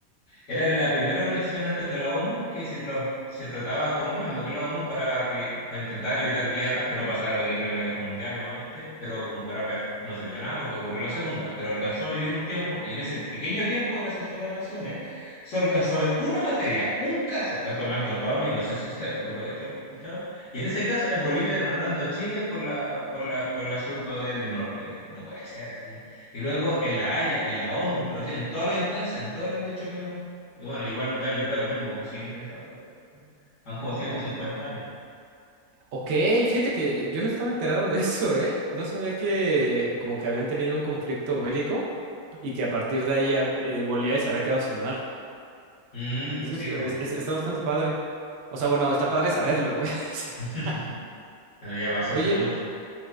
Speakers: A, on the left; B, on the right.
A: Era la primera organización antes de la ONU que se, tra- se trataba como lo mismo que la ONU para, re- para intentar evitar guerras, que no pasara la gue- Primera Guerra Mundial nuevamente, pero como para ver, no se vio nada porque ocurrió la Segunda, pero alcanzó a vivir un tiempo y en ese pequeño tiempo de la Sociedad de las Naciones solo alcanzó a ver una materia, un caso, esto me han contado a mí, no sé si es cierto, pero esto lo he escuchado, y en ese caso es Bolivia demandando a Chile por la, por la, por el asunto del norte. Dije, no puede ser así. Y luego en la Haya, en la ONU, pero sí, en todas las instancias, en todo le han dicho que no. Y bueno, igual da, le da lo mismo porque sigue intentándolo. Van como ciento
B: O-
A: cincuenta años.
B: ok, fíjate que yo no estaba enterado de eso, ¿eh? No sabía que como que habían tenido un conflicto bélico y que a partir de ahí a- eh, Bolivia se había quedado sin mar.
A: Mm,
B: Eso
A: sí,
B: es-
A: pues.
B: es- es- está bastante padre. O sea, bueno, está padre saberlo, pues. <laughs>
A: <laughs> Bueno, ya pasó
B: Oye,
A: hace mucho.